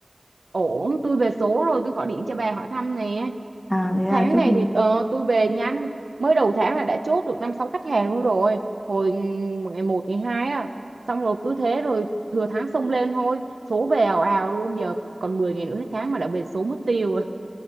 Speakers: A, on the right; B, on the left.
A: ổn, tôi về số rồi, tôi gọi điện cho bà hỏi thăm nè.
B: à thế à
A: tháng
B: chúc
A: này
B: mừng
A: thì ờ, tôi về nhanh mới đầu tháng là đã chốt được năm sáu khách hàng luôn rồi hồi ngày một ngày hai à xong rồi cứ thế rồi thừa tháng xông lên thôi số về ào ào luôn giờ còn 10 ngày nữa hết tháng mà đã về số mất tiêu rồi